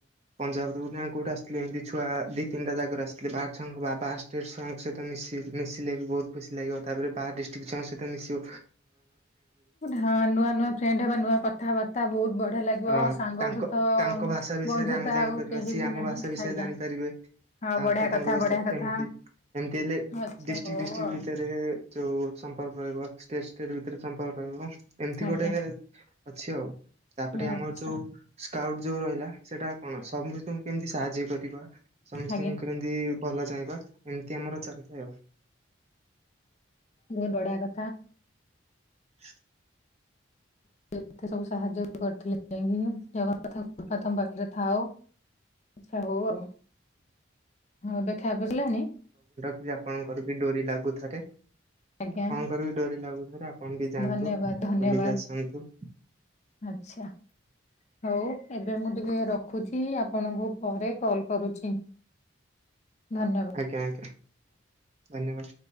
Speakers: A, on the right (about 35°); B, on the left (about 35°).
A: ପଞ୍ଜାବ ରୁ ନା କୋଉଠି ଆସିଥିଲି ଏମିତି ଛୁଆ ଦି ତିନିଟା ଜାଗାରୁ ଆସିି ବାହାର ଛୁଆଙ୍କୁ ଆଉ ବାହାର ଷ୍ଟେଟ୍ ଛୁଆଙ୍କ ସହିତ ମିଶ-ମିଶିଲେ ବି ବହୁତ ଖୁସି ଲାଗିବ। ତାପରେ ବାହାର ଡିଷ୍ଟ୍ରିକ୍ଟ ଛୁଆଙ୍କ ସହିତ ମିଶିବୁ
B: ହଁ। ନୂଆ, ନୂଆ ଫ୍ରେଣ୍ଡ ହବା, ନୂଆ କଥାବାର୍ତ୍ତା ବହୁତ ବଢିଆ ଲାଗିବ।
A: ହଁ
B: ସାଙ୍ଗଠୁ
A: ତାଙ୍କ
B: ତ
A: ତାଙ୍କ ଭାଷା ବିଷୟରେ
B: ବନ୍ଧୁତା
A: ଆମେ ଜାଣିପାରିବା,
B: ଆଉ କେହି
A: ସିଏ
B: ବି
A: ଆମ
B: ନାହିଁ
A: ଭାଷା ବିଷୟରେ
B: ଆଜ୍ଞା।
A: ଜାଣିପାରିବେ।
B: ହଁ
A: ତାଙ୍କ,
B: ବଢିଆ
A: ତାଙ୍କ
B: କଥା
A: ବିଷୟରେ
B: ବଢିଆ କଥା
A: ଏମିତି ଏମତି ହେଲେ
B: ଆଚ୍ଛା
A: ଡିଷ୍ଟ୍ରିକ୍ଟ,
B: ହଉ
A: ଡିଷ୍ଟ୍ରିକ୍ଟ
B: ଆଉ
A: ଭିତରେ ଯୋଉ ସମ୍ପର୍କ ରହିବ। ଷ୍ଟେଟ୍ ଷ୍ଟେଟ୍ ଭିତରେ ସମ୍ପର୍କ ରହିବ ।ଏମିତି
B: ଆଜ୍ଞା।
A: ଗୋଟେ ଅଛି ଆଉ। ତାପରେ
B: ଆଚ୍ଛା
A: ଆମର ଯୋଉ ସ୍କାଉଟ ଯୋଉ ରହିଲା, ସେଟା କଣ ସମସ୍ତଙ୍କୁ କେମିତି ସାହାଯ୍ୟ କରିବା। ସମସ୍ତଙ୍କୁ
B: ଆଜ୍ଞା
A: କେମିତି ଭଲ ଚାହିଁବା, ଏମିତି ଆମର ଚାଲିଥାଏ ଆଉ।
B: ବୋହୁତ୍ ବଢିଆ କଥା।
A: ହାତ
B: ଏତେ ସବୁ ସାହାଯ୍ୟ କରିଥିଲେ, ଯାଇକି ଜଗନ୍ନାଥ କୃପା ତମ ପାଖରେ ଥାଉ। ଆଛା ହୋଉ। ଏବେ ଖାଇବା ପିଇବା ସରିଲାଣି?
A: ଦିଦି ଆପଣଙ୍କର ବି ଡୋରି ଲାଗୁଥରେ।
B: ଆଜ୍ଞା
A: ଆପଣଙ୍କର ବି ଡୋରି ଲାଗୁଥରେ ।ଆପଣ ବି ଯାଆନ୍ତୁ
B: ଧନ୍ୟବାଦ
A: ବୁଲିକି
B: ଧନ୍ୟବାଦ
A: ଆସନ୍ତୁ।
B: ଆଚ୍ଛା। ହଉ ଏବେ ମୁଁ ଟିକେ ରଖୁଛି ।ଆପଣଙ୍କୁ ପରେ କଲ କରୁଛି। ଧନ୍ୟବାଦ
A: ଆଜ୍ଞା ଆଜ୍ଞା ।ଧନ୍ୟବାଦ।